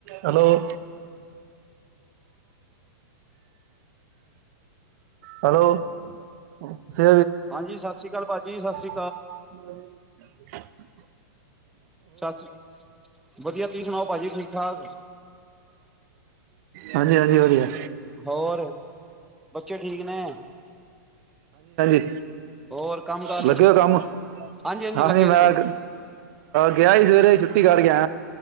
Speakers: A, on the right (about 55°); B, in the centre.
A: ਹੈਲੋ ਹੈਲੋ ਸਤਿ
B: ਹਾਂਜੀ ਸਤਿ ਸ਼੍ਰੀ ਅਕਾਲ ਪਾਜੀ ਕੀ ਸਤਿ੍ਰੀ
A: ਹ
B: ਸਤਿ ਸ੍ਰੀਕਾਲ ਵਧੀਆ ਤੁਸੀਂ ਸੁਣਾਓ ਭਾਜੀ ਠੀਕ ਹਾਂ
A: ਹਾਂਜੀ ਹਾਂਜੀ ਵਧੀਆ
B: ਹੋਰ ਬੱਚੇ ਠੀਕ ਨੇ
A: ਹ
B: ਹੋਰ ਕੰਮ ਕਾਰ
A: ਲੱਗੇ ਹੋ ਕੰਮ?
B: ਹਾਂਜੀ ਹਾਂਜੀ
A: ਹਾਂ
B: ਲੱਗੇ
A: ਨਹੀਂ ਮੈਂ
B: ਦੇ ਆ
A: ਗਿਆ ਹੀ ਸਵੇਰੇ ਹੀ ਛੁੱਟੀ ਕਰ ਗਿਆ।